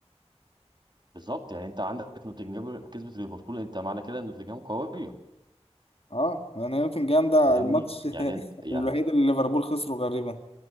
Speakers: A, on the right; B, on the left.
A: بالظبط يعني انت عندك نوتنجهام كسبت ليفربول انت معنى كده ان نوتنجهام قويه
B: اه يعني نوتنجهام ده
A: فاهمني
B: الماتش
A: يعني انت
B: <laughs>
A: يعني
B: الوحيد اللي ليفربول خسره غالبا